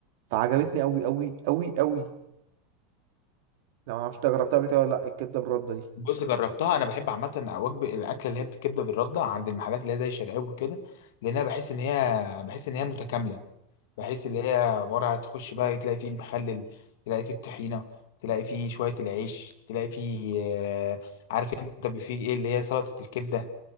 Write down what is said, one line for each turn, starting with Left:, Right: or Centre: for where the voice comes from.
Right: فعجبتني قوي قوي قوي قوي لو ما اعرفش إنت جربتها قبل كده ولا لا الكبده بالرده دي
Left: بص جربتها انا بحب عامه وجبه الاكله اللي هي بالكبده بالرده عند المحلات اللي هي زي شرقاوي وكده لان انا بحس ان هي بحس ان هي متكامله بحيث اللي هي عبارة عن تخش بقى تلاقي فيه المخلل تلاقي فيه الطحينة تلاقي فيه شوية العيش تلاقي فيه آه، عارف انت فيه ايه اللي هي سلطة الكبدة